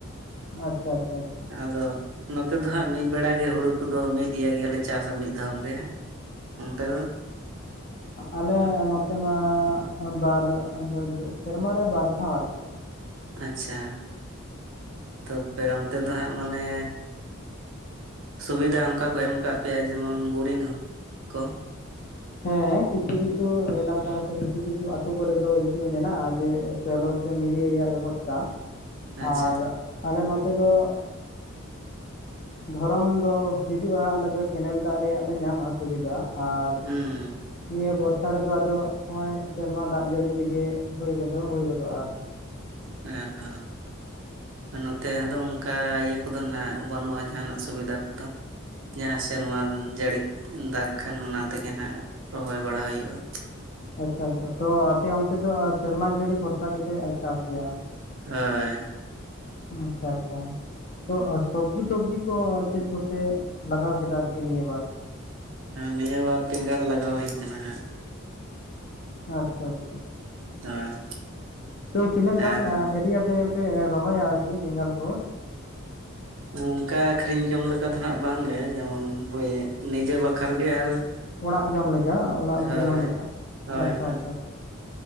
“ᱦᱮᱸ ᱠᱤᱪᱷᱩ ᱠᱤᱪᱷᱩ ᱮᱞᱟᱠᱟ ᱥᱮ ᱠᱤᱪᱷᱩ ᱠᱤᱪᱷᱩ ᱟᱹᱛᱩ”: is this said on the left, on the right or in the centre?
Left